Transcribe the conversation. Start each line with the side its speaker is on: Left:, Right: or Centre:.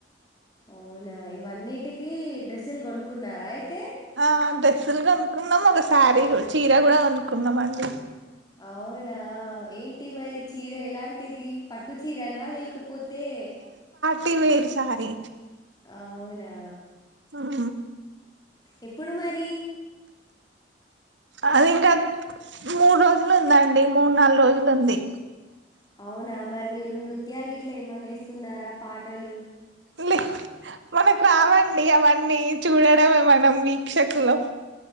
Left: అవునా ఇవన్నిటికిీ డ్రెస్సులు కొనుకున్నారా అయితే?
Right: ఆ డ్రెస్సులు కొనుకున్నాం ఒక స్యారీ గు, చీర కూడ కొనుకున్నాం అండి.
Left: అవునా ఏంటి మరి చీర ఎలాన్ టిది పట్టు చీరనా లేకప్ పోతె
Right: టి వేరు సారీ.
Left: అవునా!
Right: ఆ
Left: ఎప్పుడు మరి
Right: అది ఇంకా మూడు రోజులు ఉందండి. మూడు నాలుగు రోజులు ఉంది.
Left: అవునా మరి మీరు నృత్యాలకు ఇట్లా ఏమన్నా ఇస్తున్నారా పాటలు
Right: లే మనకు రావండి అవన్నీ చూడడమే మనం వీక్షకులం.